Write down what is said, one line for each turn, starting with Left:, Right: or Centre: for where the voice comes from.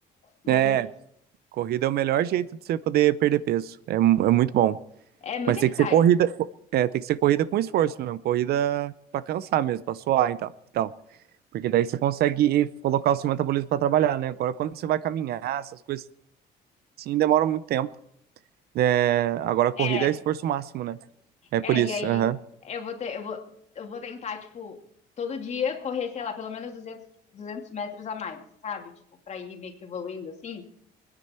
Left: emagrecer.
Right: É, corrida é o melhor jeito de você poder perder peso. É, mu- é muito bom.
Left: É muito
Right: Mas tem
Left: eficaz.
Right: que ser corrida, é, tem que ser corrida com esforço mesmo, corrida pra cansar mesmo, pra suar e tal, e tal. Porque daí você consegue colocar o seu metabolismo pra trabalhar, né? Agora, quando você vai caminhar, essas coisas assim, demora muito tempo. É, agora, a
Left: É,
Right: corrida é esforço máximo, né? É por
Left: É,
Right: isso.
Left: e aí
Right: aham.
Left: eu vou ter, eu vou, eu vou tentar, tipo, todo dia correr, sei lá, pelo menos duzentos 200 metros a mais, sabe? Tipo, pra ir meio que evoluindo assim.